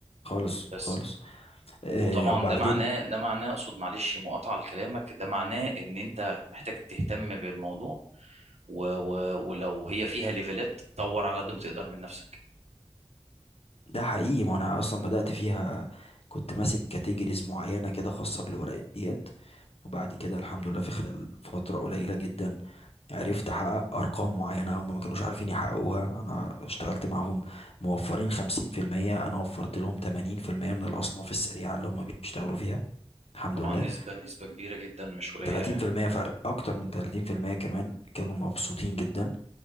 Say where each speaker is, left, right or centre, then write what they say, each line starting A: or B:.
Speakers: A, on the left; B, on the right.
A: خالص
B: بس
A: خالص
B: وطبعا
A: آه وبعدين
B: ده معناه ده معناه اقصد معلش مقاطعه لكلامك ده معناه ان انت محتاج تهتم بالموضوع و و ولو هي فيها ليفلات طور على قد ما تقدر من نفسك
A: ده حقيقي ما انا اصلا بدات فيها كنت ماسك كاتيجوريز معينه كده خاصه بالورقيات وبعد كده الحمد لله في خلال فتره قليله جدا عرفت احقق ارقام معينه هم ما كانوش عارفين يحققوها انا اشتغلت معاهم موفرين 50% انا وفرت لهم 80% من الاصناف السريعه اللي هم بيشتغلوا فيها الحمد
B: طبعا
A: لله
B: نسبه نسبه كبيره جدا مش قليله
A: 30%
B: يعني
A: فرق اكتر من 30% كمان كانوا مبسوطين جدا